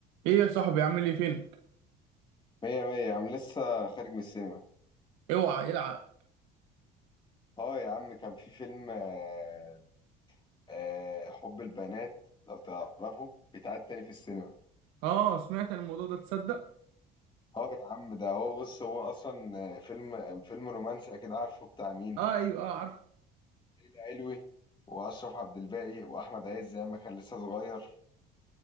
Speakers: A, on the right; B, on the left.
A: ايه يا صاحبي عامل ايه فينك
B: مية مية يا عم لسه خارج من السينما
A: اوعى العب
B: اه يا عم كان في فيلم آه آه حب البنات لو تعرفه بيتعاد تاني في السينما
A: اه سمعت عن الموضوع ده تصدق
B: اه يا عم ده هو بص هو اصلا آه، فيلم آه، فيلم رومانسي اكيد عارفه بتاع مين
A: اه ايوه اه عارفه
B: ليلى علوي واشرف عبد الباقي واحمد عز ايام ما كان لسه صغير